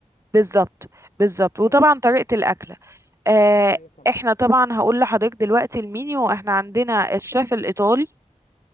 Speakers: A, on the right (about 25°); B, on the left (about 85°).
A: بالظبط بالظبط
B: امم
A: وطبعا طريقة الاكلة آه،
B: ايوه طبعا
A: احنا طبعا هقول لحضرتك دلوقتي المينيو احنا عندنا الشيف الايطالي